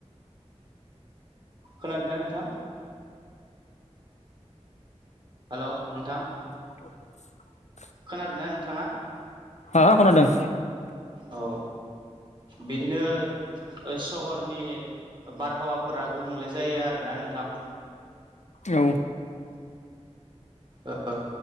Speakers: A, on the right; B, on the left.
A: खोनादोंना नोंथां? हेलौ नोंथां
B: <inaudible>
A: खोनादों ना नोंथाङा?
B: हो खोनादोंं।
A: औ बिदिनो ओ सहरनि ओ बारहावाफोरा गुबुंले जायो आरो ना नोंथां।
B: औ,
A: ओ